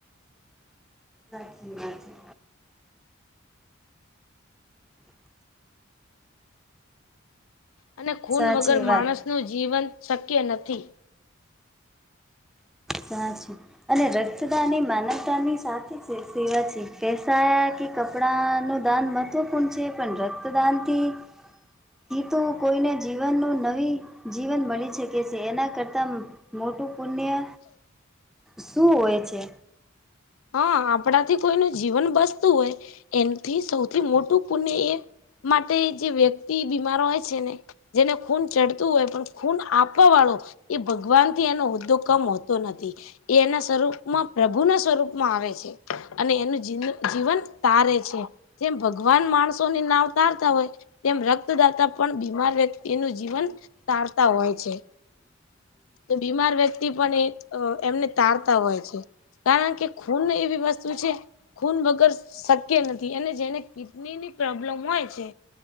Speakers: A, in the centre; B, on the left (about 80°).
A: રાચી વાત છે.
B: અને ખૂન
A: સાચી
B: વગર
A: વાત
B: માણસ નું જીવન શક્ય નથી.
A: સાચ અને રક્ત દાન એ માનવતાની સાચી છે સેવા છે પસા. કે કપડા નું દાન મહત્વપૂર્ણ છે પણ રક્તદાનથી. હ તો કોઈને જીવનનું નવી જીવન બની શકે છે એના કરતાં. મોટું પુણ્ય. શું હોય છે.
B: હા આપણાથી કોઈનું જીવન બસતું હોય એનથી સૌથી મોટું પુણ્ય એ. માટે જે વ્યક્તિ બીમાર હોય છે ને. જેને ખૂન ચડતું હોય પણ ખૂન આપવા વાળો. એ ભગવાન થી એનો હોદ્દો કમ હોતો નથી એ એના સ્વરૂપમાં પ્રભુના સ્વરૂપ. માં આવે છે અને એનું જ જીવન તારે છે. જેમ ભગવાન માણસોની નાવ તારતા હોય. તેમ રક્તદાતા પણ બીમાર વ્યક્તિનું જીવન તારતા હોય છે. તો બીમાર વ્યક્તિ પણ એ એમને તારતા હોય છે કારણ કે. ખૂન એવી વસ્તુ છે. ખૂન વગર શક્ય નથી અને જેને કિડની ની પ્રોબ્લેમ હોય છે.